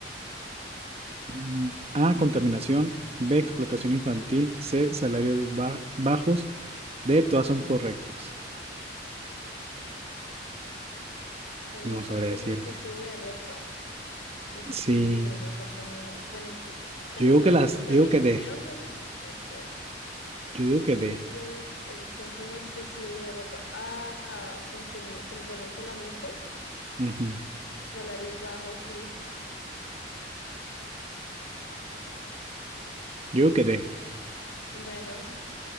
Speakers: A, on the right; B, on the left.
A: Mm, A, contaminación, B, explotación infantil, C, salarios ba- bajos, D, todas son correctas.
B: Carga-
A: No sabré
B: Consumo
A: decirte.
B: excesivo de ropa. ¿Y que
A: Sí,
B: tiene que ver la contaminación? Bueno, pues si estamos
A: yo digo
B: hablando
A: que las,
B: de contaminación,
A: yo digo que D,
B: pues no sé.
A: yo digo que
B: El
A: D,
B: uso, el consumo excesivo de ropa. Ah, consumir, como ponérsela mucho.
A: Ujú.
B: Salarios bajos, sí.
A: Yo digo que D.
B: Bueno,